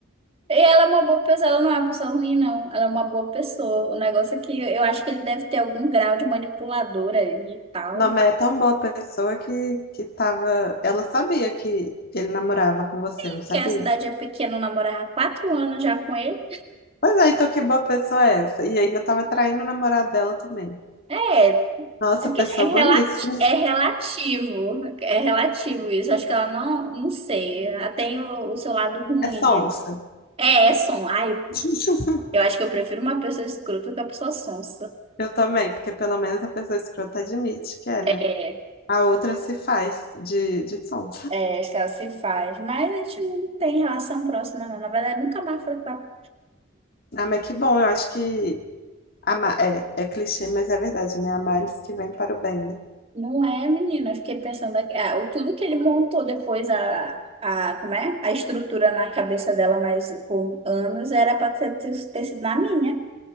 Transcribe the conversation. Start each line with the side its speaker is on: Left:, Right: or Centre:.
Right: E ela é uma boa pessoa, ela não é uma pessoa ruim, não. Ela é uma boa pessoa. O negócio é que eu acho que ele deve ter algum grau de manipulador ali e tal.
Left: Não, mas é tão boa pessoa que, que tava. Ela sabia que ele namorava com você, não
Right: Porque
Left: sabia?
Right: a cidade é pequena, eu namorava há quatro anos já com ele.
Left: Pois é, então que boa pessoa é essa? E ainda tava traindo o namorado dela também.
Right: É,
Left: Nossa,
Right: é que
Left: pessoa
Right: é relati-
Left: boníssima.
Right: é relativo, é relativo isso. Acho que ela não, não sei. Ela tem o, o seu lado ruim
Left: É sonsa.
Right: aí. É, é som. Ai,
Left: <laughs>
Right: eu acho que eu prefiro uma pessoa escrota do que uma pessoa sonsa.
Left: Eu também, porque pelo menos a pessoa escrota admite que é,
Right: É,
Left: né? A outra se faz de, de som.
Right: é, acho que ela se faz. Mas a gente não tem relação próxima, não. Na verdade, nunca mais falei com ela.
Left: Ah, mas que bom, eu acho que a Ma- é, é clichê, mas é verdade, né? Há males que vem para o bem, né?
Right: Não é, menina. Eu fiquei pensando aqui. Ah, o- tudo que ele montou depois, a, a, como é? A estrutura na cabeça dela, mas por anos, era pra ter, ter sido na minha.